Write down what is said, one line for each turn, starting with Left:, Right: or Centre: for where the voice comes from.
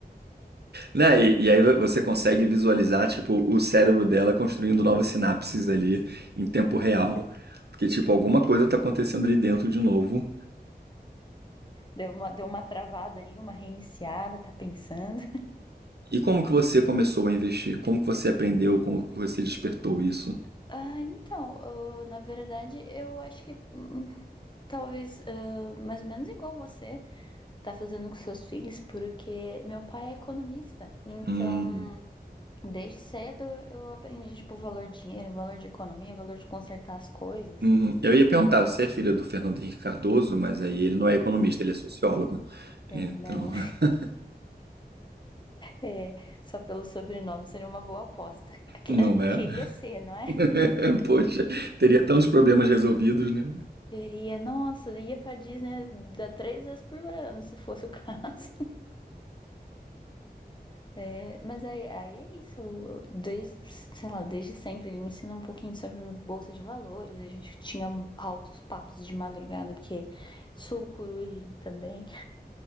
Right: né? E, e aí vo- você consegue visualizar, tipo, o cérebro dela construindo novas sinapses ali em tempo
Left: É.
Right: real, porque, tipo, alguma coisa tá acontecendo ali dentro de novo
Left: Deu uma, deu uma travada ali, uma reiniciada, tá pensando.
Right: E como que você começou a investir? Como que você aprendeu? Como que você despertou isso?
Left: Ah, então, ah, na verdade, eu acho que hum, talvez ah, mais ou menos igual você tá fazendo com seus filhos, porque meu pai é economista. Então,
Right: Hum,
Left: desde cedo eu aprendi, tipo, o valor de dinheiro, o valor de economia, o valor de consertar as coisas.
Right: uhum. Eu ia perguntar, você é filha do Fernando Henrique Cardoso, mas aí ele não é economista, ele é sociólogo.
Left: É,
Right: Então,
Left: né?
Right: <laughs>
Left: É, só pelo sobrenome seria uma boa aposta. <laughs> Que-
Right: não
Left: an-
Right: é?
Left: Queria ser, não é?
Right: <laughs> Poxa, teria tantos problemas resolvidos, né?
Left: Queria, nossa, ia pra Disney da três vezes por ano, se fosse o <laughs> caso. É, mas aí, aí é isso. Eu- eu- Desde, sei lá, desde sempre ele me ensinou um pouquinho sobre bolsa de valores. A gente tinha altos papos de madrugada, porque sou coruja ele também.